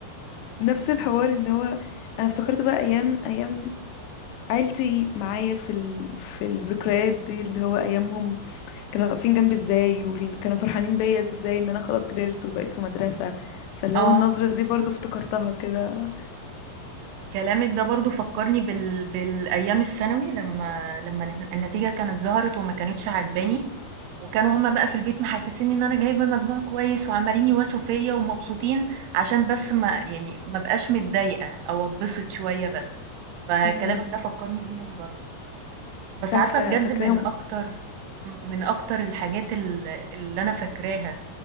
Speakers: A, on the left; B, on the right.
A: نفس الحوار اللي هو انا افتكرت بقى ايام ايام عيلتي معايا في ال... في الذكريات دي اللي هو ايامهم كانوا واقفين جنبي ازاي وكانوا فرحانين بيا ازاي ان انا خلاص كبرت وبقيت في مدرسة فاللي
B: آه.
A: هو النظرة دي برضو افتكرتها كده
B: كلامك ده برضو فكرني بال... بالأيام الثانوي لما لما النتيجة كانت ظهرت وما كانتش عجباني وكانوا هما بقى في البيت محسسين ان انا جايبة مجموع كويس وعمالين يواسوا فيا ومبسوطين عشان بس ما يعني ما بقاش متضايقة او اتبسط شوية بس فكلامك
A: مم.
B: ده فكرني بيهم برضو بس
A: فاكرة
B: عارفة بجد
A: فاكراهم
B: من اكتر من اكتر الحاجات ال- اللي انا فاكراها